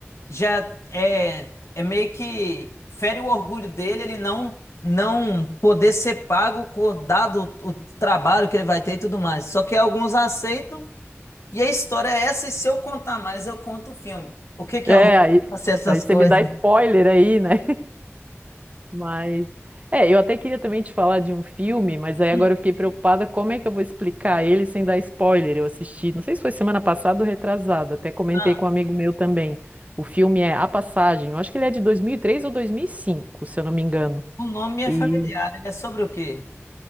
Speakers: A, on the left; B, on the right.
A: já é, é meio que fere o orgulho dele, ele não não poder ser pago com dado o trabalho que ele vai ter e tudo mais. Só que alguns aceitam e a história é essa e se eu contar mais eu conto o filme. O que que
B: É,
A: é orgulho?
B: aí,
A: Fazer essas
B: aí você
A: coisas.
B: me dá spoiler aí, né? Mas é, eu até queria também te falar de um filme, mas aí agora
A: Hum.
B: eu fiquei preocupada como é que eu vou explicar ele sem dar spoiler. Eu assisti, não sei se foi semana passada ou retrasada, até comentei
A: Ah,
B: com um amigo meu também. O filme é A Passagem. Eu acho que ele é de 2003 ou 2005, se eu não me engano.
A: o nome é
B: E
A: familiar, ele é sobre o quê?